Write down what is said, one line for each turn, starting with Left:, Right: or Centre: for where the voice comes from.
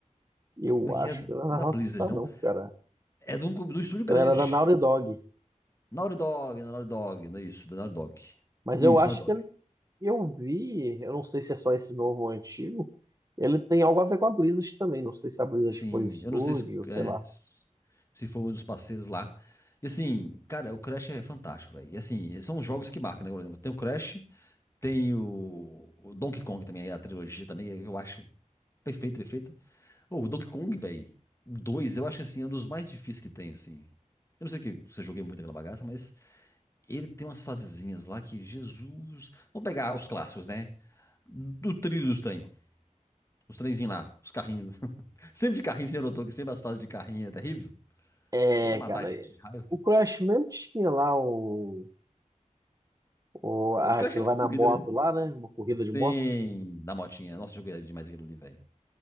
Right: Eu
Left: Como é que
Right: acho
Left: é? Não
Right: que não era da
Left: é Da
Right: Rockstar,
Left: Blizzard, não.
Right: não, cara.
Left: É de um, de um estúdio grande.
Right: Ela era da Naughty Dog.
Left: Naughty Dog, é Naughty Dog, não é isso, da Naughty Dog.
Right: Mas
Left: Isso,
Right: eu acho
Left: Naughty Dog.
Right: que ele- eu vi, eu não sei se é só esse novo ou antigo. Ele tem algo a ver com a Blizzard também. Não sei se a Blizzard
Left: Sim,
Right: foi o estúdio,
Left: eu não sei se,
Right: sei
Left: é,
Right: lá.
Left: se foi um dos parceiros lá. E assim, cara, o Crash é fantástico, velho. E assim, são os jogos que marcam, né? Por exemplo, tem o Crash, tem o, o Donkey Kong também, a trilogia também, eu acho Perfeito, perfeito. Ô, o Donkey Kong, velho. Dois, eu acho que assim, é um dos mais difíceis que tem, assim. Eu não sei que você joguei muito aquela bagaça, mas ele tem umas fasezinhas lá que, Jesus. Vamos pegar os clássicos, né? Do trilho dos trem. Os trenzinhos lá, os carrinhos. <laughs> Sempre de carrinho, você já notou que sempre as fases de carrinho é terrível?
Right: É,
Left: Falta matar
Right: cara.
Left: a gente
Right: é.
Left: de raiva.
Right: O Crash mesmo tinha lá o. O, ah,
Left: Eu acho que
Right: aquilo
Left: achei mais
Right: vai na
Left: corrida,
Right: moto
Left: né?
Right: lá, né? Uma corrida de
Left: Tem.
Right: moto.
Left: Da motinha. Nossa, eu joguei demais aquilo ali, velho.